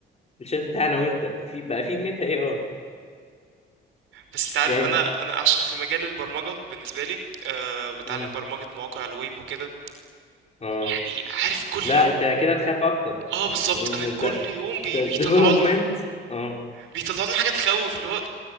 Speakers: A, on the left (about 35°); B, on the right (about 80°).
A: الشات بتاعنا وانت في بقى في ميتا اي اي
B: بس انت عارف
A: يعني
B: انا انا عشان في مجال البرمجة بالنسبة لي أه بتعلم
A: امم
B: برمجة مواقع الويب وكده
A: اه
B: يعني عارف كل
A: لا
B: يوم
A: انت كده تخاف اكتر
B: اه بالظبط
A: لان
B: انا
A: انت
B: كل يوم بي...
A: ديفلوبمنت
B: بيطلعوا لنا
A: اه
B: بيطلعوا لنا حاجه تخوف اللي هو